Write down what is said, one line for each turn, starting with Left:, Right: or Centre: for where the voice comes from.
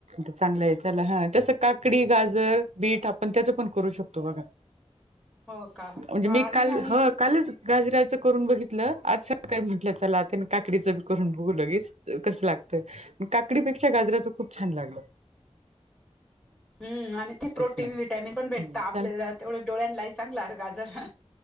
Right: चांगलं आहे चला हा तसं काकडी गाजर बीट आपण त्याचं पण करू शकतो बघा.
Centre: हो का
Right: म्हणजे
Centre: हा
Right: मी
Centre: नाही
Right: काल
Centre: आणि
Right: ह कालच. गाजराचं करून बघितलं आज काय म्हटलं चला त्या काकडीचं बी करून बघू लगेच. कसं लागतयं काकडीपेक्षा गाजरा तर खूप छान लागल.
Centre: हम् आणि ते
Right: तेच
Centre: प्रोटीन
Right: ना
Centre: विटामिन पण भेटत आपल्याला
Right: चाल
Centre: तेवढं डोळ्यां लाही चांगलं गजर.